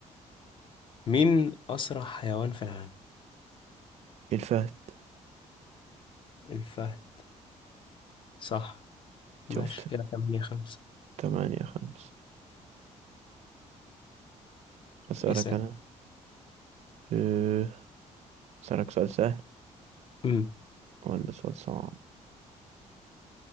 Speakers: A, on the left; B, on the right.
A: مين أسرع حيوان في العالم؟
B: الفهد
A: الفهد صح ماشي
B: شفت
A: كده تمانية خمسة
B: تمانية خمس اسألك
A: اسأل
B: انا أه، اسألك سؤال سهل
A: أمم
B: ولا سؤال صعب